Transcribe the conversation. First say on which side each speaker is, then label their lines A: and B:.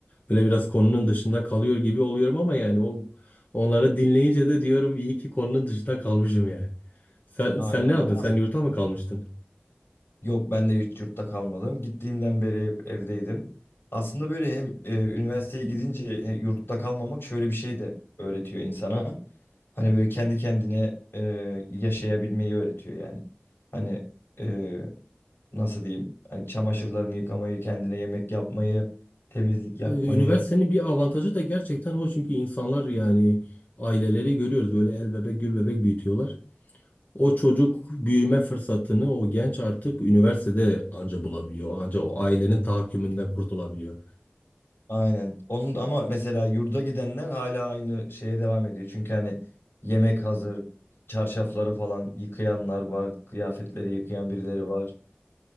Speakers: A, on the left; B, on the left.
A: Böyle biraz konunun dışında kalıyor gibi oluyorum ama yani o onları dinleyince de diyorum iyi ki konunun dışında kalmışım yani. Sen
B: Aynen.
A: sen ne yaptın?
B: Ya
A: Sen
B: as-
A: yurtta mı kalmıştın?
B: Yok ben de hiç yurtta kalmadım. Gittiğimden beri hep evdeydim. Aslında böyle hem e, üniversiteye gidince e, yurtta kalmamak şöyle bir şey de öğretiyor insana. Hani böyle kendi kendine e, yaşayabilmeyi öğretiyor yani. Hani e, nasıl diyeyim? Hani çamaşırlarını yıkamayı, kendine yemek yapmayı, temizlik yapmayı.
A: Ee, Üniversitenin bir avantajı da gerçekten o çünkü insanlar yani aileleri görüyoruz böyle el bebek gül bebek büyütüyorlar. O çocuk büyüme fırsatını o genç artık üniversitede anca bulabiliyor. Anca o ailenin tahakkümünden kurtulabiliyor.
B: Aynen. Onun ama mesela yurda gidenler hala aynı şeye devam ediyor. Çünkü hani yemek hazır, çarşafları falan yıkayanlar var, kıyafetleri yıkayan birileri var.